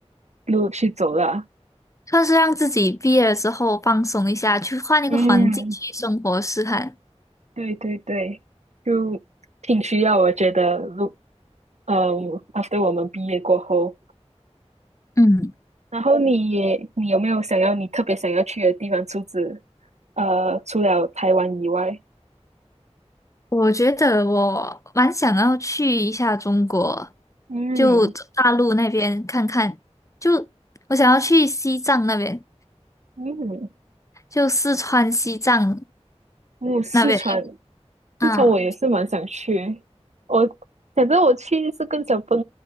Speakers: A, on the right; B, on the left.
A: 路去走了。
B: 算是让自己毕业了之后放松一下，去换一个环境去生活试看。
A: 嗯，对对对，就挺需要，我觉得，路。嗯 a f t e r 我们毕业过后，
B: 嗯。
A: 然后你也你有没有想要你特别想要去的地方？除此呃，除了台湾以外，
B: 我觉得我蛮想要去一下中国，
A: 嗯
B: 就大陆那边看看。就我想要去西藏那边，
A: 嗯，
B: 就四川西藏
A: 嗯，四川，
B: 那边。嗯，
A: 四川我也是蛮想去。我反正我去是更想奔